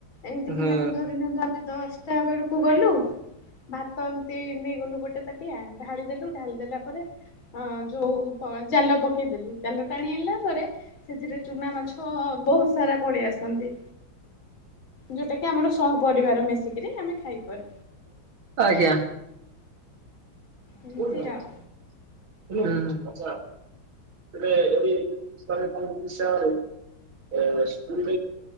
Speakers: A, on the left; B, on the right.
A: ଏମିତିକି
B: ହୁଁ
A: ମାନେ ଧରି ନିଅନ୍ତୁ ଆମ୍ ମେ ଦଶଟା ବେଳୁକୁ ଗଲୁ ଭାତ ଏମତି ନେଇଗଲୁ ଗୋଟେ ତାଟିଆ ଢାଳି ଦେଲୁ ଢାଲି ଦେଲା ପରେ ହଁ ଯୋଉ ପ ଜାଲ ପକେଇଦେଲୁ ଜାଲ ଟାଣି ଆଣିଲା ପରେ ସେଥିରେ ଚୁନା ମାଛ ବୋହୁତ ସାରା ପଳେଇ ଆସନ୍ତି। ଯୋଉଟାକି ଆମର ସହ ପରିବାର ମିଶିକିରି ଆମେ ଖାଇପାରୁ।
B: ଆଜ୍ଞା। <inaudible>
A: ଏମିତି ଆଉ।
B: ହୁଁ <inaudible> <inaudible> ଆଉ